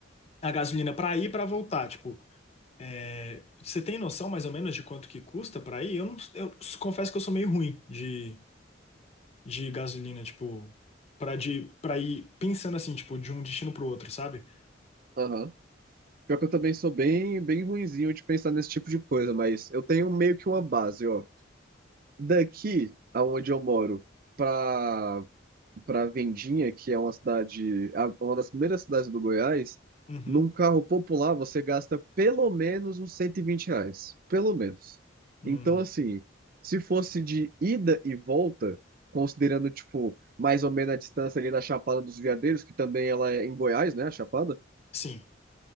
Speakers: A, on the left; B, on the right.
A: a gasolina pra ir e pra voltar. Tipo, É, você tem noção mais ou menos de quanto que custa para ir? Eu não, eu s- confesso que eu sou meio ruim de, de gasolina, tipo, para de para ir pensando assim, tipo, de um destino pro outro, sabe?
B: Aham. Pior que eu também sou bem, bem ruinzinho de pensar nesse tipo de coisa, mas eu tenho meio que uma base, ó. Daqui, aonde eu moro, para para Vendinha, que é uma cidade, a- uma das primeiras cidades do Goiás,
A: Uhum.
B: num carro popular você gasta pelo menos uns 120 reais. Pelo menos.
A: Hum,
B: Então, assim, se fosse de ida e volta, considerando, tipo, mais ou menos a distância ali da Chapada dos Veadeiros, que também ela é em Goiás, né, a Chapada?
A: sim.